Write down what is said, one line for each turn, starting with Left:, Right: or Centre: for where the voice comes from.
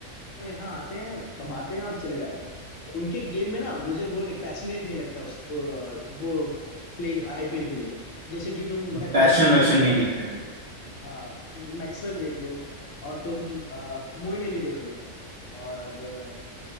Left: वो यहाँ आते हैं कमाते हैं और चले जाते हैं उनके गेम में ना मुझे वो नहीं पैशनेट नहीं लगता उस अ, वो प्लेइंग आईपीएल के लिए जैसे कि तुम
Right: पैशन
Left: मैं कुछ ऐसे प्लेयर
Right: वैशन
Left: को बता
Right: नहीं दिखता
Left: सकता हूँ
Right: है
Left: हाँ मैक्सवेल देख लो और तुम अ, मोइन अली देख लो और अ,